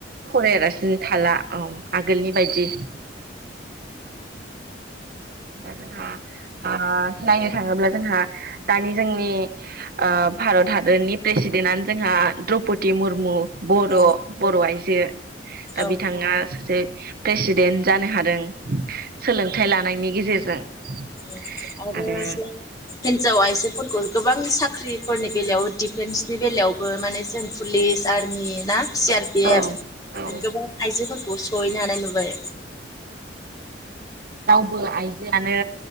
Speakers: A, on the right (about 55°); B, on the left (about 20°).
A: फरायालासिन थाला औ आगोलनि बायदि दा जोंहा ओ नायनो थाङोब्ला जोंहा दानि जोंनि ओ भारत हादरनि प्रेसिडेन्टनो जोंहा द्रौपदी मुरमु बर'
B: औ
A: बर' आइजो दा
B: औ
A: बिथाङा सासे प्रेसिडेन्ट जानो हादों सोलोंथाइ लानायनि गेजे गेजेरजों
B: <unintelligible>
A: आरो
B: फोरखौ गोबां साख्रिफोरनि बेलायाव डिफेन्सनि बेलायावबो माने जों पुलिस आर्मि ना सि आर पि
A: औ
B: एफ
A: औ
B: गोबां आइजोफोरखौ खौ सहैनो हानाय नुबाय
A: रावबो आइजोआानो